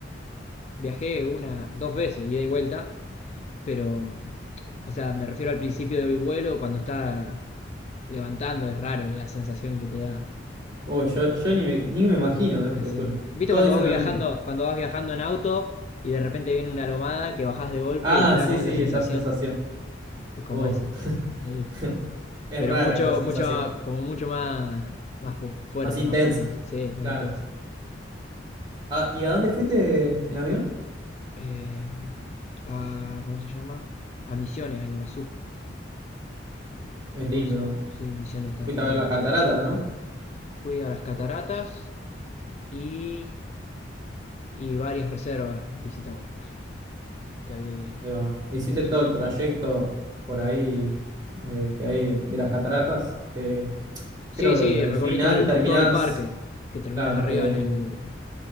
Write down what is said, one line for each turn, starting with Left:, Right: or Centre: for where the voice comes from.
Left: Viajé una, dos veces, ida y vuelta, pero... O sea, me refiero al principio del vuelo, cuando está levantando, es raro la sensación que te da.
Right: Uy, yo, yo ni me, ni me imagino, eh,
Left: Así.
Right: te juro.
Left: ¿Viste
Right: Todos
Left: cuando
Right: dicen
Left: vas
Right: lo
Left: viajando,
Right: mismo.
Left: cuando vas viajando en auto y de repente viene una lomada que bajás de golpe
Right: Ah,
Left: y te da
Right: sí,
Left: como
Right: sí,
Left: esa sensación?
Right: esa sensación.
Left: Es como
Right: Uh,
Left: esa. Ahí.
Right: <laughs> es
Left: Pero
Right: rara
Left: mucho,
Right: esa sensación.
Left: mucho, como mucho más, más pu- fuerte,
Right: Más intensa,
Left: más potente, sí, más
Right: claro.
Left: intensa.
Right: Ah, ¿y a dónde fuiste en avión?
Left: Eh, a, ¿Cómo se llama? A Misiones, a Iguazú.
Right: Es
Left: A Iguazú,
Right: lindo. ¿no?
Left: sí, Misiones está
Right: Fuiste
Left: tremendo
Right: a ver las cataratas,
Left: también.
Right: ¿no?
Left: Fui a las cataratas y, y varias reservas visitamos. así. que había ahí en
Right: Ahí va. Hiciste
Left: Iguazú.
Right: todo el trayecto por ahí eh, que hay de las cataratas, que
Left: Sí,
Right: creo
Left: sí,
Right: que al
Left: recorrí
Right: final
Left: todo el,
Right: terminás
Left: todo el parque, que terminás
Right: Claro,
Left: arriba
Right: que,
Left: en el...